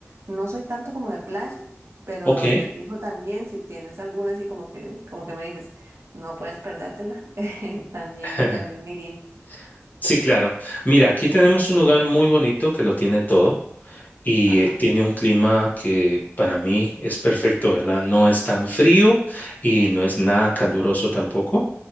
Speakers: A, on the right (about 65°); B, on the left (about 35°).
A: No soy tanto como de playa, pero
B: Ok.
A: de fijo también, si tienes alguna así como que, como que me dices, no puedes perdértela, <laughs> eh, también,
B: <laughs>
A: también me iría.
B: Sí, claro. Mira, aquí tenemos un lugar muy bonito que lo tiene todo y
A: Ajá,
B: eh, tiene un clima que para mí es perfecto, ¿verdad? No es tan frío y no es nada caluroso tampoco.